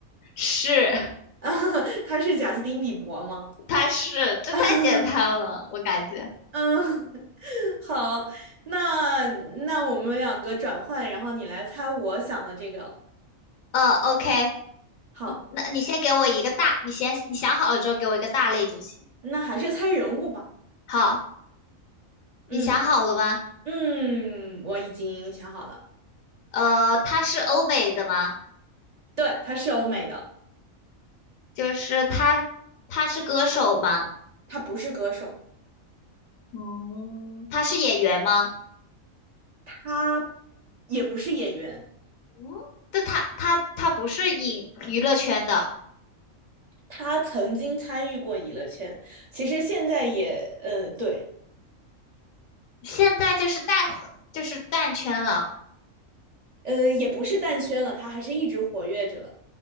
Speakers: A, on the left (about 80°); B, on the right (about 50°).
A: 是 <laughs>
B: <laughs> 他是贾斯汀·比伯吗？
A: 他是这太简单了，
B: <laughs>
A: 我感觉。
B: 嗯，<laughs> 好，那那我们两个转换，然后你来猜我想的这个。
A: 呃，OK，
B: 好，
A: 嗯那你先给我一个大，你先你想好了之后给我一个大类就行。
B: 那还是猜人物吧。
A: 好，你想好了吗？
B: 嗯嗯，我已经想好了，
A: 呃，他是欧美的吗？
B: 对，他是欧美的，
A: 就是他他是歌手吗？
B: 他不是歌手，
A: 嗯，他是演员吗？
B: 他也不是演员，
A: 嗯，但他他他不是影娱乐圈的，
B: 他曾经参与过娱乐圈，其实现在也，呃，对，
A: 现在就是淡就是淡圈了。
B: 呃，也不是淡圈了，他还是一直活跃着的，